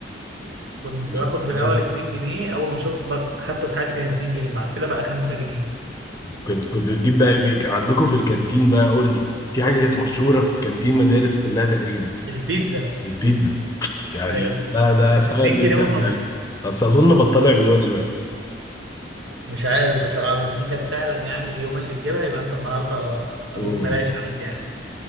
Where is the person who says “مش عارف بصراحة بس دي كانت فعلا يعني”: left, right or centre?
Right